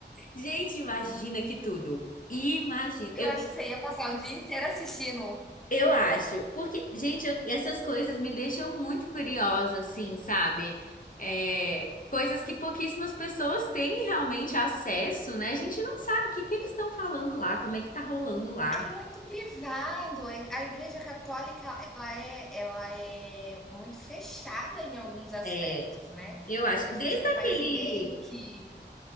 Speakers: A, on the left; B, in the centre.
A: Gente, imagina que tudo. Imagina.
B: Eu
A: Eu,
B: acho que você ia passar o dia inteiro assistindo.
A: eu acho. Porque, gente, eu- essas coisas me deixam muito curiosa, assim, sabe? É, coisas que pouquíssimas pessoas têm realmente acesso, né? A gente não sabe o que que eles estão falando lá, como é que tá rolando lá.
B: É muito privado. A a Igreja Católica, ela é, ela é muito fechada em alguns aspectos,
A: É,
B: né?
A: eu acho.
B: E a
A: Desde
B: gente não
A: aquele.
B: faz ideia do que.